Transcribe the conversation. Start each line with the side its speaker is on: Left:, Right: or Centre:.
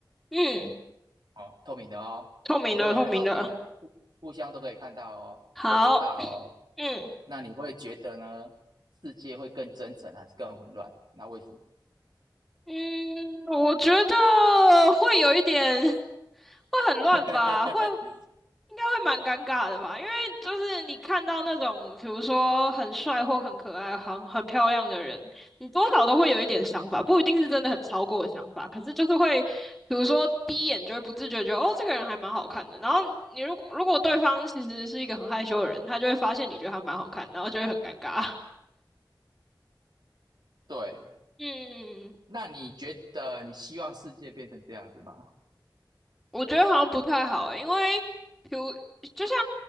Centre: 嗯，
Right: 哦，透明的哦，
Centre: 透明的，
Right: 你都会看到别互互相都可以看到哦，
Centre: 透明的，好，
Right: 都知道哦，
Centre: <clears throat> 嗯。
Right: 那你会觉得呢，世界会更真诚还是更混乱？那为什么？
Centre: 嗯，我觉得会有一点，会很乱吧，
Right: <laughs>
Centre: 会应该会蛮尴尬的吧，因为就是你看到那种，比如说很帅或很可爱、很很漂亮的人，你多少都会有一点想法，不一定是真的很超过的想法，可是就是会，比如说第一眼就会不自觉地觉得哦，这个人还蛮好看的，然后你如果如果对方其实是一个很害羞的人，他就会发现你觉得他蛮好看，然后就会很尴尬。<laughs>
Right: 对，
Centre: 嗯。
Right: 那你觉得你希望世界变成这样子吗？
Centre: 我觉得好像不太好欸因为比如就像